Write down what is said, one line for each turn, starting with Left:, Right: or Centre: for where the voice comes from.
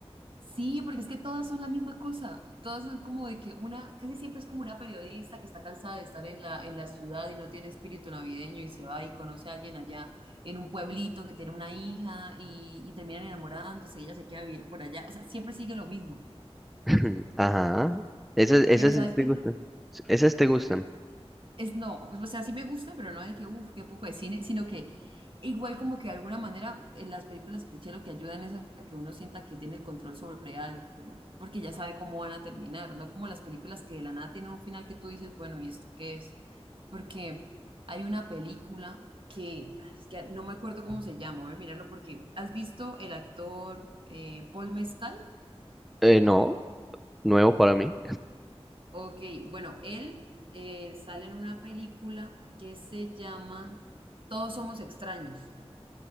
Right: Sí, porque es que todas son la misma cosa. Todas son como de que una, casi siempre es como una periodista que está cansada de estar en la, en la ciudad y no tiene espíritu navideño y se va y conoce a alguien allá en un pueblito que tiene una hija y, y terminan enamorándose y ella se queda a vivir por allá. O sea, siempre sigue lo mismo.
Centre: <clears throat> Ajá. Esas, esas
Right: Pero ¿sabes
Centre: sí te
Right: qué?
Centre: gustan. Esas te gustan.
Right: es no, o sea, sí me gustan, pero no de que, uff, qué poco de cine, sino que igual como que de alguna manera en las películas cliché lo que ayudan es a que uno sienta que tiene el control sobre algo, porque ya sabe cómo van a terminar, no como las películas que de la nada tienen un final que tú dices, bueno, ¿y esto qué es? Porque hay una película que, es que no me acuerdo cómo se llama, voy a ver, mirarlo porque, ¿has visto el actor eh, Paul Mescal?
Centre: Eh, no, nuevo para mí.
Right: Ok, bueno, él eh, sale en una película que se llama Todos somos extraños.